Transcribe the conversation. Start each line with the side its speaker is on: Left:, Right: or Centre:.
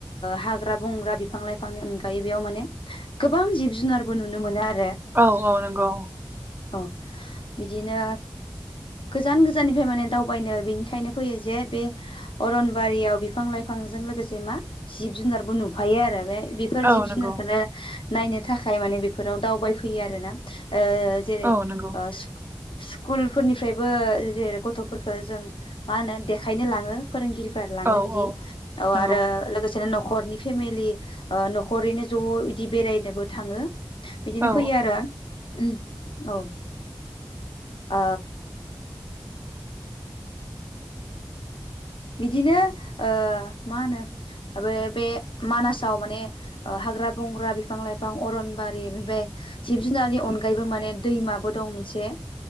Left: हाग्रा बंग्रा, बिफां लाइफांनि अनगायै बेयाव माने गोबां जिब जुनारबो नुनो मोनो आरो।
Right: औ औ नंगौ।
Left: औ। बिदिनो गोजान गोजाननिफ्राय माने दावबायनो बेनिखायनो फैयो जे बे अरनबारियाव बिफां लाइफांजों लोगोसे मा जिब जुनारबो नुफायो आरो बे बेफोर
Right: औ
Left: जिब
Right: नंगौ
Left: जुनारखौनो नायनो थाखाय माने बेफोराव दावबायफैयो आरो ना। ओ जेरै
Right: औ नंगौ
Left: ओ स्कुल फोरनिफ्रायबो जेरै गथ'फोरखौ जों मा होनो देखायनो लाङो फोरोंगिरि फोर लाङो
Right: औ
Left: बिदि,
Right: औ
Left: औ
Right: नंगौ
Left: आरो लोगो सेनो न'खरनि फेमिलि ओ न'खरैनो ज' बिदि बेरायनोबो थाङो। बिदिनो
Right: औ
Left: फैयो आरो। उम औ। ओ। बिदिनो ओ मा होनो आं बे बे मानासाव माने ओ हाग्रा बंग्रा, बिफां लाइफां अरनबारि ओमफ्राय जिब जुनारनि अनगायैबो माने दैमाबो दं मोनसे।